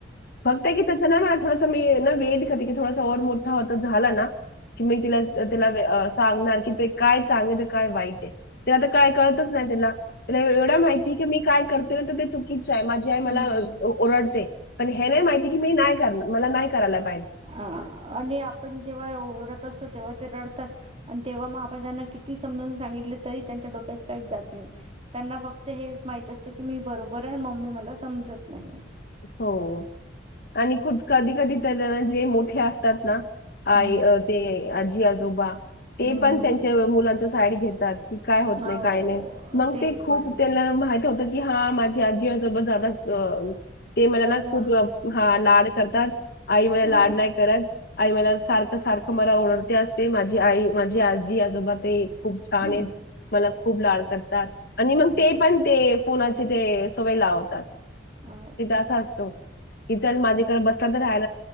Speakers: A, on the left; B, on the right.
A: फक्त आहे की त्याच ना थोडासा मी ना वेट करते की थोडासा ओर मोठा हो झाला ना की मग तीला तिला अ सांगणार की ते काय चांगलं तर काय वाईट आहे. ते आता काय कळतच नाही त्याला त्याला एवढ्या माहितीय की मी काय करते ना तर ते चुकी च आहे माझी आई मला
B: हम्म.
A: ओरडते, पण हे नाही माहिती की मी नाही कर मला नाही करायला लाग
B: हा आणि आपण जेव्हा ओरडत अस तो तेव्हा ते रडतात आणि तेव्हा मग आपण त्यांना किती समजून सांगितलं तरी त्यांच्या डोक्यात काहीच जात नाही. त्यांना फक्त हे माहित असते की मी बरोबर आहे मम्मी मला समजत नाही आहे.
A: हो आणि खुठ कधी कधी तर जे मोठे असतात. ना
B: हम्म,
A: आय ते आजी आजोबा ते
B: हम्म.
A: पण त्यांच्या मुलांचच साइड घेतात, की काय होत
B: हो
A: नाही काय नाही. मग ते खूप
B: पण
A: त्यांना मा हित होत की हा माझी आजी आजोबा ज्यादा ते मला ना खूप
B: ल हा
A: हा लाड करतात, आई मला
B: हा
A: लाड नाही करत. आई मला सारखं सारखं मला ओरडते असते माझी आई, माझी आजी, आजोबा ते खूप छान
B: ह
A: आहेत मला खूप लाड करतात आणि मग
B: ह
A: ते पण ते फोनाची ते सवय लावतात.
B: हा.
A: अस असतो, की चल माझेकडे बसला तर रहाय